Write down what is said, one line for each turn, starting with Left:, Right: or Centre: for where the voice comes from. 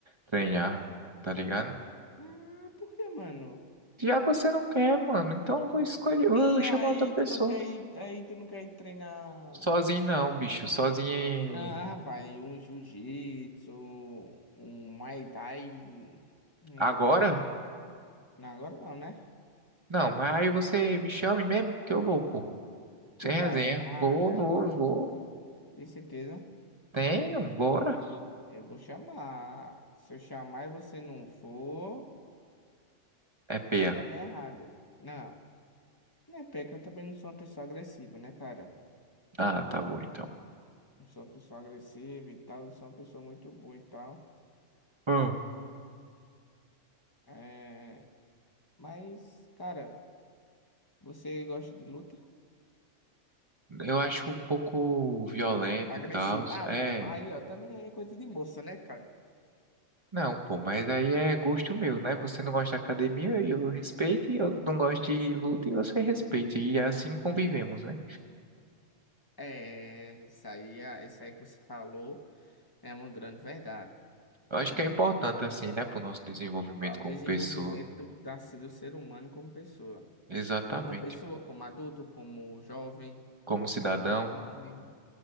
Right: treinar, tá ligado?
Left: Ah, por que, mano?
Right: Já que você não quer, mano, então eu vou escolher, eu
Left: E
Right: vou chamar
Left: aí
Right: outra pessoa.
Left: tu não quer ir, aí tu não quer ir treinar.
Right: Sozinho não, bicho. Sozinho em-
Left: Não, rapaz, um jiu-jitsu, um Muay Thai. Um...
Right: agora?
Left: Não, agora não, né?
Right: Não, mas aí você me chame mesmo que eu vou, pô.
Left: Tu
Right: Sem resenha.
Left: vai, nada.
Right: Vou, vou, vou.
Left: Tem certeza?
Right: Tenho, bora.
Left: Eu vou chamar. Se eu chamar e você não for,
Right: É peia.
Left: vai dar meio errado. Não, não é pé que eu também não sou uma pessoa agressiva, né, cara?
Right: Ah, tá bom então.
Left: Não sou uma pessoa agressiva e tal, eu sou uma pessoa muito boa e tal.
Right: Ah.
Left: É... Mas, cara, você gosta de luta?
Right: Eu acho um pouco violento
Left: Agressiva.
Right: e tal.
Left: Ah,
Right: É.
Left: velho, mas aí, ó, também é coisa de moça, né, cara?
Right: Não, pô, mas aí é gosto meu, né? Você não gosta de academia, eu respeito, e eu não gosto de luta e você respeita. E é assim convivemos, né?
Left: É, isso aí, é- isso aí que você falou é uma grande verdade,
Right: Eu acho
Left: né?
Right: que é importante, assim, né, pro nosso desenvolvimento
Left: Para
Right: como
Left: o desenvolvimento
Right: pessoa.
Left: do, da, do ser humano como pessoa.
Right: Exatamente.
Left: Como pessoa, como adulto, como jovem,
Right: Como cidadão,
Left: como homem,